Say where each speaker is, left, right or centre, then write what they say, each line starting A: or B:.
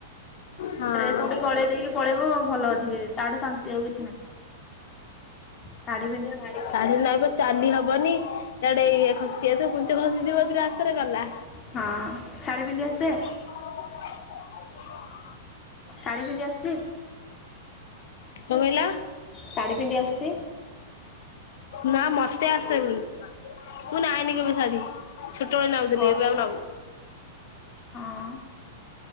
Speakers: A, on the left; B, on the left.
A: ହଁ
B: ଡ୍ରେସ ଗୁଡିକ
A: ହଁ
B: ଗଳେଇ ଦେଇକି ପଳେଇବ ଭଲ ଅଧିକ ତାଠୁ ଶାନ୍ତି ଆଉ କିଛି ନାହିଁ। ଶାଢ଼ୀ ପିନ୍ଧିବା ଭାରି କଷ୍ଟ।
A: ଜାଣ ନ ଏବ ଚାଲି ହବନି ସେଆଡେ ଇ ଖସି ଯାଇଥିବ କୁଞ୍ଚ ଖସିଯିବ ରାସ୍ତାରେ ଗଲା।
B: ହଁ ଶାଢ଼ୀ ପିନ୍ଧି ଆସେ
A: <inaudible> <unintelligible>
B: ଶାଢ଼ୀ ପିନ୍ଧି ଆସୁଛି?
A: କଣ କହିଲ?
B: ଶାଢ଼ୀ ପିନ୍ଧି ଆସୁଛି।
A: ନା ମତେ ଆସେନି ମୁଁ ନାଇନି କେବେ ଶାଢୀ। ଛୋଟବେଳେ ନାଉଥିଲି
B: ଓହୋ
A: ଏବେ ଆଉ ନାଉ।
B: ହଁ ହଁ।